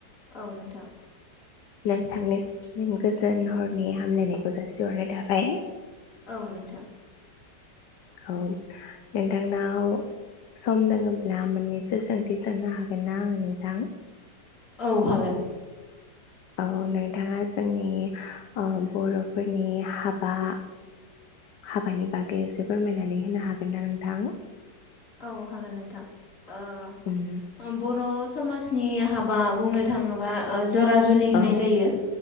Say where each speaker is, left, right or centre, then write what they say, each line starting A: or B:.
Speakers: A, on the left (about 40°); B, on the left (about 70°).
A: औ नोंथां
B: नोंथांनि गोजोन हरनि हामलायनायखौ जासिहरनाय थाबाय।
A: औ नोंथां
B: औ नोंथांनाव सम दोङोब्ला मोननैसो सोंथि सोंनो हागोन ना आङो नोंथां?
A: औ हागोन।
B: औ नोंथाङा जोंनि ओ बर'फोरनि हाबा हाबानि बागै एसे फोरमायनानै होनो हागोन ना नोंथां?
A: औ हागोन नोंथां ओ
B: उम
A: बर' समाजनि हाबा बुंनो थाङोबा ओ जरा जुलि होनाय
B: औ
A: जायो